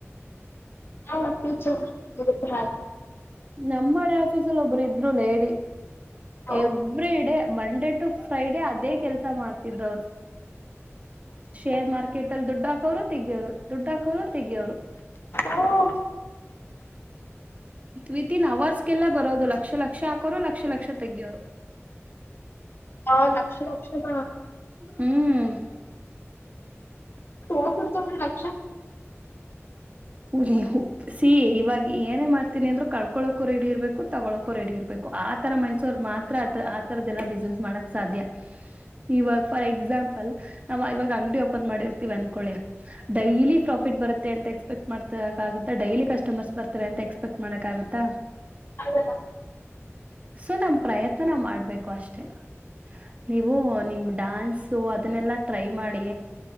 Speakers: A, on the left; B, on the right.
A: ಹಲ್ಲ ಫ್ಯೂಚರ್ ಹತ ಹಾ
B: ನಮ್ಮಳೆ ಆಫೀಸಲ್ಲಿ ಒಬ್ರು ಇದರು ಲೇಡಿ
A: ಅದು
B: ಎವ್ರಿಡೇ ಮಂಡೇ ಟು ಫ್ರೈಡೆ ಅದೇ ಕೆಲ್ಸ ಮಾಡ್ತಿದ್ರು ಅವರು ಶೇರ್ ಮಾರ್ಕೆಟ್ ಅಲ್ಲಿ ದುಡ್ಡ ಹಾಕೋರು ತೆಗೋರು ದುಡ್ಡ ಹಾಕೋರು ತೆೆಗೆಯೋರು
A: ಹೌದು
B: ವಿತ್ ಇನ್ ಅವರ್ಸ್ಗೆಲ್ಲ ಬರೋದು ಲಕ್ಷ ಲಕ್ಷ ಹಾಕೋರು ಲಕ್ಷ ಲಕ್ಷ ತೆಗಿಯೋರು
A: ಆ ಲಕ್ಷ ಲಕ್ಷಣ
B: ಹ್ಮ್
A: <unintelligible> ಲಕ್ಷ
B: ನೀ ಸಿ ಇವಾಗ ಏನೇ ಮಾಡ್ತೀನಿ ಅಂದ್ರರು ಕಳ್ಕೊಳಕೋ ರೆಡಿ ಇರ್ಬೇಕು ತಗೊಳಕೋ ರೆಡಿ ಇರ್ಬೇಕು ಆತರ ಮಣಸೋರು ಮಾತ್ರ ಆತರದ್ದಲ್ಲ ಬಿಸ್ನೆಸ್ ಮಾಡಕ್ ಸಾಧ್ಯ ಇವಾಗ ಫಾರ್ ಎಕ್ಸಾಂಪಲ್ ನಾವ ಇವಾಗ ಅಂಗಡಿ ಓಪನ್ ಮಾಡಿರ್ತಿೀವಿ ಅಂದಕೊಳ್ಳಿ ಡೈಲಿ ಪ್ರಾಫಿಟ್ ಬರುತ್ತೆ ಅಂತ. <unintelligible> ಮಾಡ ಡಲಿ ಕಸ್ಟಮರ್ಸ್ ಬರ್ತ ಅಂತ ಅಕ್ಸೆಪ್ಟ್ ಮಾಡಕ್ಕಾಗುತ್ತಾ,
A: ಅದಲ್ಲ
B: ಸೋ ನಮ್ ಪ್ರಯತ್ನ ನಾವು ಮಾಡಬೇಕು ಅಷ್ಟೇ, ನೀವು ನಿಮ್ ಡಾನ್ಸ್ ಅದನ್ನೆಲ್ಲ ಟ್ರೈ ಮಾಡಿ